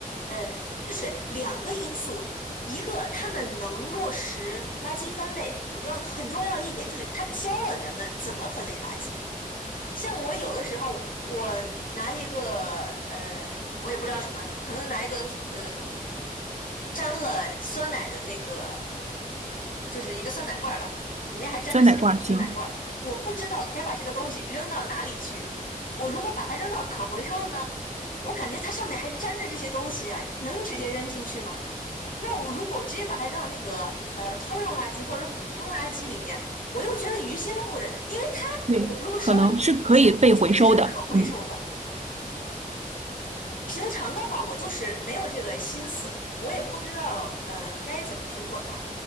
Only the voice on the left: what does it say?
呃，就是两个因素，一个他们能落实垃圾分类，我觉得很重要一点就是他教了人们怎么分类垃圾。像我有的时候，我拿一个，呃，我也不知道什么，可能拿一个，呃，沾了酸奶的那个就是一个酸奶罐儿吧，里面还沾着酸奶酸奶罐儿。
我不知道该把这个东西扔到哪里去。我如果把它扔到可回收的呢，我感觉它上面还粘着这些东西啊，能直接扔进去吗？那我如果直接把它扔到那个呃通用垃圾或者普通垃圾里面，我又觉得于心不忍，因为它我如果稍微洗一下，
它确实是可回收的。
平常的话，我就是没有这个心思，我也不知道呃该怎么去做它，